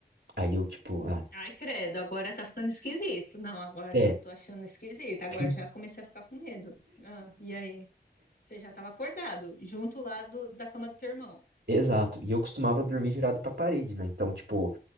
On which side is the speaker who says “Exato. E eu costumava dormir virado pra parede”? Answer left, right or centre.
Right